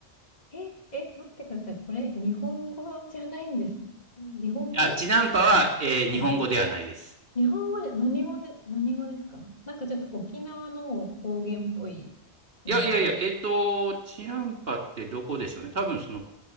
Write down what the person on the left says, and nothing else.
え、え、待ってください。これ、日本語じゃないんです。日本語
はい。日本語で、何語で、何語ですかなんかちょっと沖縄の方言っぽい印象。